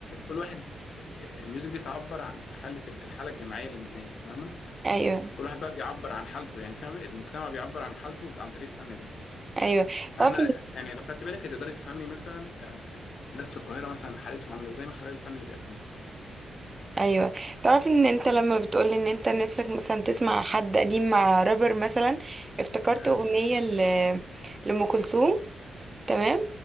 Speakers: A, on the left; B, on the right.
A: كل واحد الميوزك دي بتعبر عن حالة الحالة الجماعية للناس فاهمة
B: ايوه
A: فكل واحد بقى بيعبر عن حالته يعني فاهم المجتمع بيعبر عن حالته عن طريق الفن ده
B: ايوه
A: فاحنا
B: طب
A: يعني لو خدت بالك هتقدري تفهمي مثلا آه، الناس في القاهرة مثلا حالتهم عاملة ازاي من خلال الفن اللي بيقدموه
B: ايوه تعرف ان انت لما بتقولي ان انت نفسك مثلا تسمع حد قديم مع رابر مثلا افتكرت
A: مم.
B: اغنيه ل... لام كلثوم تمام